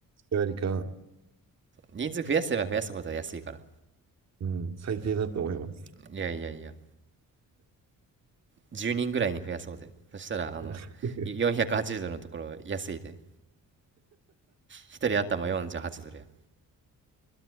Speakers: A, on the right (about 50°); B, on the right (about 35°).
A: 割り勘。
B: 人数増やせば増やすほど安いから
A: うん、最低だと思います。
B: うんいやいやいや10人ぐらいに増やそうぜ。そしたら、
A: <laughs>
B: あの、480ドルのところ安いで。1人頭48ドルや。